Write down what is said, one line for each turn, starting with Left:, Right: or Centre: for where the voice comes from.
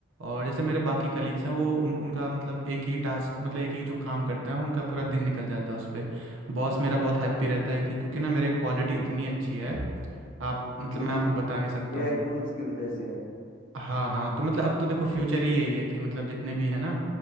Right: और जैसे मेरे बाकी कलीग्स हैं वो उन उनका मतलब एक ही टास्क मतलब एक ही जो काम करते हैं उनका पूरा दिन निकल जाता है उस पर बॉस मेरा बहुत हैप्पी रहता है कि क्योंकि ना मेरे क्वालिटी इतनी अच्छी है आप मतलब
Left: जो
Right: मैं आपको
Left: कि
Right: बता नहीं सकता
Left: एआई
Right: हूँ
Left: टूल्स की वजह से है
Right: हाँ हाँ तो मतलब अब तो देखो फ्यूचर ही यही है कि मतलब जितने भी है ना